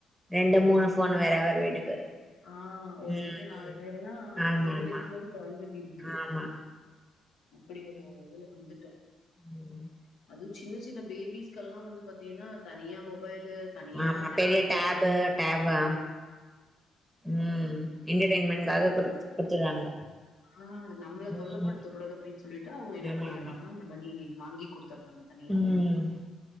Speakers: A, in the centre; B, on the left (about 80°).
A: ரெண்டு மூணு
B: ம்
A: ஃபோன் வேற வேற வீட்டுக்கு
B: ஆஹ, ஒரு
A: ம்
B: வீட்டுல நாலு பேருனா
A: ஆமா
B: மூணு
A: ஆமா
B: <unintelligible> குறஞ்சது இருக்கு.
A: ஆமா
B: அப்படி ஒரு இதுல வந்துட்டோ.
A: ம்.
B: அது சின்ன சின்ன பேபிஸ்கல்லா வந்து பாத்தீன்னா தனியா மொப் மொபைலு தனியா
A: ஆமா
B: டேப்பு
A: பெரிய டேபு டேபு ஆமா, ம் என்டர்டென்மெண்ட்காக குடுத் - குடுத்துறாங்க.
B: ஆஹ், நம்மள தொல்லப்படுத்த
A: ம்
B: கூடாது அப்டின் சொல்லிட்டு அவங்க என்ன
A: ஆமா
B: பண்ணிடுறாங்கன்னா
A: ஆமா
B: இந்த மாறி வாங்கி குடுத் தொர்றாங்க தனியா
A: ம்